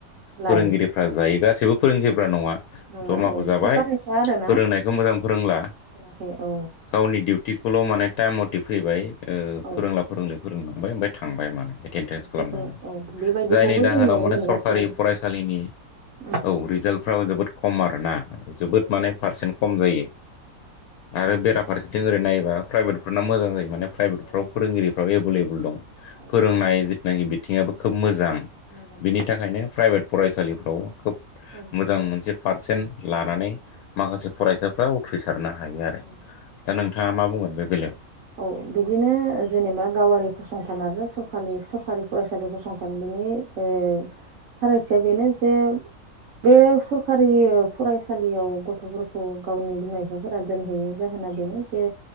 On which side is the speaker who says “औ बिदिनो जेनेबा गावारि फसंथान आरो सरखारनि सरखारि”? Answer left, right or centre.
Right